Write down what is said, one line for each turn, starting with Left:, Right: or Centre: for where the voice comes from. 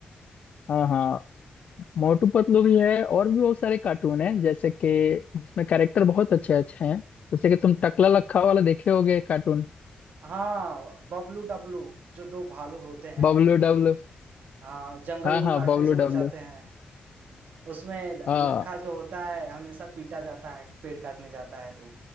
Left: हाँ हाँ मोटू पतलू भी है और भी बहुत सारे कार्टून हैं जैसे कि उसमें कैरेक्टर बहुत अच्छे अच्छे हैं जैसे कि तुम टकला लखा वाला देखे होगे कार्टून
Right: हाँ बबलू डबलू जो दो भालू होते हैं
Left: बबलू डब्लू
Right: हाँ जंगल
Left: हाँ
Right: को
Left: हाँ
Right: काटने
Left: बबलू
Right: से बचाते
Left: डब्लू
Right: हैं उसमें ल-
Left: हाँ
Right: लखा जो होता है हमेशा पीटा जाता है पेड़ काटने जाता है तो